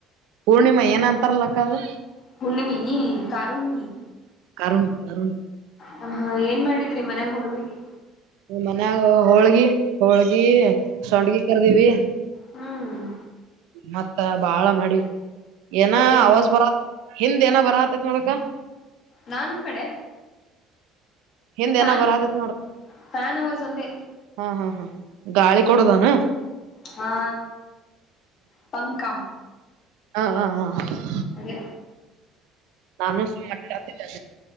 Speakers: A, on the right; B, on the left.
A: ಪೂರ್ಣಿಮಾ ಏನಂತಾರಲಕ್ಕ ಅದು
B: ಪುಣ್ಣಿಮಿ ಕರುುಣಿ
A: ಕಾರಣ ತಣ
B: ಹ ಹಾ ಏನ್ ಮಾಡಿದ್ರಿ ಮನ್ಯಾಗ ಹುಳಮೆಗೆ
A: ಮನ್ಯಾಗ ಹೋಳ್ಗಿ ಹೋಳ್ಗಿ ಸಂಡ್ಗಿ ಕರ್ದೀವಿ
B: ಹ್ಮ್
A: ಮತ್ತ ಬಾಳ ಮಾಡಿ ಏನ
B: ಮತ್ತೇನು
A: ಅವವಾಜ್ ಬರತ್ ಹಿಂದ್ ಏನ ಬರತ್ ಥೋಡಕ
B: ನನ್ ಕಡೆ
A: ಹಿಂದ್
B: ಫ್ಯಾನ್
A: ಏನ ಬರತೈತ್ ನೋಡಕ
B: ಫ್ಯಾನ್ ಅವಾಜ್ ಒಂದೇ
A: ಹಾ ಹಾ ಹಾ ಗಾಳಿ ಕೊಡೋದಾನ
B: ಹಾ ಪಂಕಾ
A: ಹಾ ಹ ಹ <inaudible>
B: ಅದ
A: ನಾನು ಸು ಮಾಾಡಾತಿದ್ದ